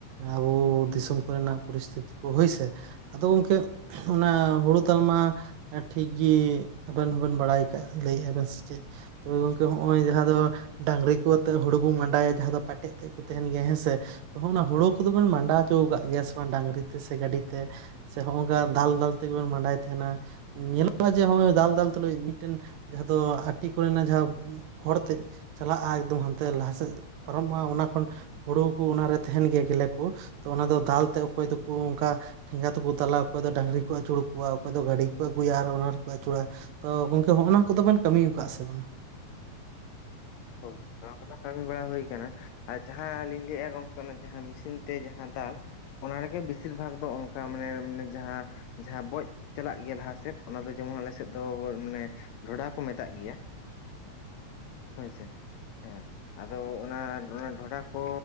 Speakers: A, on the right; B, on the left.
A: ᱟᱵᱚ ᱫᱤᱥᱚᱢ ᱠᱚᱨᱮᱱᱟᱜ ᱯᱚᱨᱤᱥᱛᱷᱤᱛᱤ ᱠᱚ ᱦᱳᱭᱥᱮ ᱟᱫᱚ ᱜᱚᱢᱠᱮ ᱚᱱᱟ ᱦᱳᱲᱳ ᱫᱟᱞ ᱢᱟ ᱴᱷᱤᱠᱜᱮ ᱟᱵᱮᱱ ᱦᱚᱸᱵᱮᱱ ᱵᱟᱲᱟᱭ ᱠᱟᱜ ᱞᱟᱹᱭᱮᱫᱼᱟ ᱵᱮᱱ ᱥᱮ ᱪᱮᱫ ᱛᱚᱵᱮ ᱜᱚᱝᱠᱮ ᱦᱚᱸᱜᱼᱚᱭ ᱡᱟᱦᱟᱸ ᱫᱚ ᱰᱟᱝᱨᱤ ᱠᱚ ᱟᱛᱮᱫ ᱦᱩᱲᱩ ᱵᱚ ᱢᱟᱸᱰᱟᱭᱟ ᱡᱟᱦᱟᱸ ᱫᱚ ᱯᱟᱴᱮᱡ ᱛᱮᱫ ᱠᱚ ᱛᱟᱦᱮᱱ ᱜᱮᱭᱟ ᱦᱮᱸ ᱥᱮ ᱾ ᱛᱚ ᱚᱱᱟ ᱦᱳᱲᱳ ᱠᱚᱫᱚᱵᱚᱱ ᱢᱟᱸᱰᱟ ᱦᱚᱪᱚ ᱠᱟᱜ ᱜᱮᱭᱟ ᱥᱮ ᱵᱟᱝ ᱰᱟᱝᱨᱤ ᱛᱮ ᱥᱮ ᱜᱟᱹᱰᱤ ᱛᱮ? ᱥᱮ ᱦᱚᱸᱜᱼᱚ ᱱᱚᱝᱠᱟ ᱫᱟᱞ ᱫᱟᱞ ᱛᱮᱜᱮᱵᱚᱱ ᱢᱟᱰᱟᱭ ᱛᱟᱦᱮᱱᱟ ᱾ ᱧᱮᱞᱚᱜᱼᱟ ᱡᱮ ᱦᱚᱜᱼᱚᱭ ᱫᱟᱞ ᱫᱟᱞ ᱛᱩᱞᱩᱡ ᱢᱤᱫ ᱴᱮᱱ ᱡᱟᱦᱟᱸ ᱫᱚ ᱟᱴᱤ ᱠᱚ ᱨᱮᱱᱟᱜ ᱡᱟᱦᱟᱸ ᱦᱚᱲ ᱛᱮᱜ ᱪᱟᱞᱟᱜᱼᱟ ᱮᱠᱫᱚᱢ ᱦᱟᱱ ᱛᱮ ᱞᱟᱦᱟ ᱥᱮᱜ ᱯᱟᱨᱚᱢᱚᱜᱼᱟ ᱚᱱᱟ ᱠᱷᱚᱱ ᱦᱳᱲᱳ ᱠᱚ ᱚᱱᱟ ᱨᱮ ᱛᱟᱦᱮᱦᱱ ᱜᱮᱭᱟ ᱜᱮᱞᱮ ᱠᱳ ᱛᱚ ᱚᱱᱟ ᱫᱚ ᱫᱟᱞᱛᱮ ᱚᱠᱚᱭ ᱫᱚᱠᱚ ᱚᱝᱠᱟ ᱴᱷᱮᱸᱜᱟ ᱛᱮᱠᱚ ᱫᱟᱞᱟ ᱚᱠᱚᱭ ᱫᱚ ᱰᱟᱝᱨᱤ ᱠᱚ ᱟᱹᱪᱩᱲ ᱠᱚᱣᱟ ᱚᱠᱚᱭ ᱫᱚ ᱜᱟᱹᱰᱤ ᱠᱚ ᱟᱹᱜᱩᱭᱟ ᱟᱨ ᱚᱱᱟ ᱨᱮᱠᱚ ᱟᱹᱪᱩᱲᱟ ᱛᱚ ᱜᱚᱝᱠᱮ ᱦᱚᱸᱜ ᱱᱟ ᱠᱚᱫᱚ ᱵᱮᱱ ᱠᱟᱹᱢᱤᱭᱟ ᱠᱟᱜᱼᱟ ᱥᱮ ᱵᱟᱝ?
B: ᱦᱳᱭ ᱱᱚᱣᱟ ᱠᱚ ᱫᱚ ᱠᱟᱹᱢᱤ ᱵᱟᱲᱟ ᱦᱩᱭ ᱟᱠᱟᱱᱟ᱾ ᱟᱨ ᱡᱟᱦᱟᱸ ᱞᱤᱧ ᱞᱟᱹᱭᱮᱫᱼᱟ ᱜᱚᱝᱠᱮ ᱚᱱᱟ ᱡᱟᱦᱟᱸ ᱢᱤᱥᱤᱱ ᱛᱮ ᱡᱟᱦᱟᱸ ᱫᱟᱞ ᱚᱱᱟ ᱨᱮᱜᱮ ᱵᱮᱥᱤᱨ ᱵᱷᱟᱜᱽ ᱫᱚ ᱚᱱᱠᱟ ᱢᱟᱱᱮ ᱡᱟᱦᱟᱸ ᱡᱟᱦᱟᱸ ᱵᱚᱡ ᱪᱟᱞᱟᱜ ᱜᱮᱭᱟ ᱞᱟᱦᱟ ᱥᱮᱫ ᱚᱱᱟ ᱫᱚ ᱡᱮᱢᱚᱱ ᱟᱞᱮ ᱥᱮᱫ ᱫᱚ ᱢᱟᱱᱮ ᱰᱷᱚᱰᱟ ᱠᱚ ᱢᱮᱛᱟᱜ ᱜᱮᱭᱟ᱾ ᱦᱳᱭ ᱥᱮ ᱦᱮᱸ ᱟᱫᱚ ᱚᱱᱟ ᱚᱱᱟ ᱰᱷᱚᱰᱟ ᱠᱚ